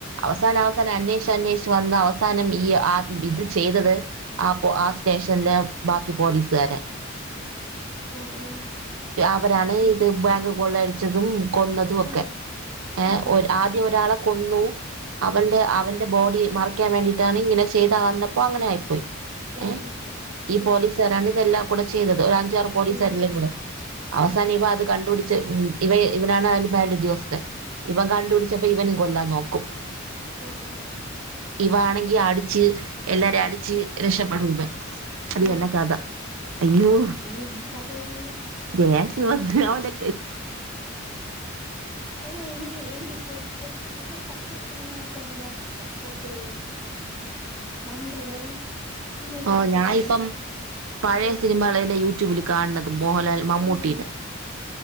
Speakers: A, on the right; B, in the centre.
A: അവസാന അവസാന അന്വേഷ അന്വേഷ വ അവസാനം ഈ ആ ഇത് ചെയ്തത് ആ ആ സ്റ്റേഷനില് ബാക്കി പോലീസുകാര
B: ആ ആ ആ
A: അവരാണ്
B: അത്
A: ഇത് ബാങ്ക് കൊള്ള അരിച്ചതും കൊന്നതും ഒക്കെ
B: ആ
A: ഏഹ
B: ആ ആ ആ
A: ആദ്യം ഒരാളെ കൊന്നു അവന്റെ അവന്റെ ബോഡി മറിക്കാൻ വേണ്ടിയിട്ടാണ് ഇങ്ങനെ ചെയ്ത വന്നപ്പോൾ അങ്ങനെ ആയിപ്പോയി
B: ആ ആ
A: ഏ ഈ
B: ആ
A: പോലീസുകാരാണ് ഇതെല്ലാം കൂടെ ചെയ്തത് ഒഞ് ക
B: ചെയ്തത്
A: അവസ
B: ആ
A: ക ഇവ ഇവനാണ്ാലും പേല ദിവസത്തിൽ ഇവൻ കണ്ടുപിടിച്ചപ്പോ ഇവന കൊല്ലാൻ നോക്കും
B: ആഹ ആ
A: ഇവ ആണെങ്കി അടിച്ച് എല്ലാരും അടിച്ച് രക്ഷപ്പെടും ഇവ അത്
B: ആ ആ
A: എക്കാത അയ്യോ
B: എന്തൊരു കഥയാ ഇത്
A: ജഹേഷ് <inaudible>
B: അയ്യോ എനിക്ക് എനക്ക് ഇ്ട ഇ പ പശപ്പ പഴയ സിനിമകളൊക്കെ ഉണ്ടല്ല മറ്റേ വന്ദനം അതുപോലത്തെ
A: ഓ
B: ഒക്കെ
A: ഞാനിപ്പം
B: സിനിമ ഉണ്ടല്ലോ
A: പഴയ
B: ആ
A: സിനിമകൾ തെ യൂട്യൂബിൽ കാണുന്നത് മോഹൻലാൽ മമ്മൂട്ടീുടെ
B: അത് തന്നെ